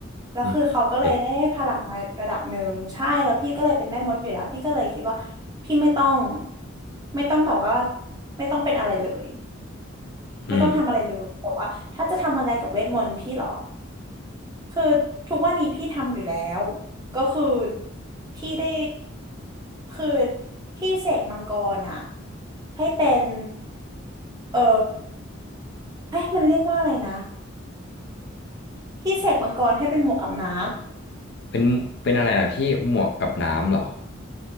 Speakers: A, on the right; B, on the left.
A: แล้วคือเขาก็เลยได้ให้พลังมาระดับหนึ่งใช่แล้วพี่ก็เลยเป็นแม่มดอยู่แล้ว
B: อืมเป็น
A: พี่ก็เลยคิดว่าพี่ไม่ต้องไม่ต้องแบบว่าไม่ต้องเป็นอะไรเลย
B: อืม
A: ไม่ต้องทำอะไรเลยบอกว่าถ้าจะทำอะไรกับเวทมนต์พี่เหรอ คือทุกวันนี้พี่ทำอยู่แล้วก็คือพี่ได้คือพี่เสกมังกรอ่ะให้เป็นเออเอ๊ะมันเรียกว่าอะไรนะพี่เสกมังกรให้เป็นหมวกกับน้
B: เป็นเป็นอะไรล่ะพี่หมวกกับน้ำเหรอ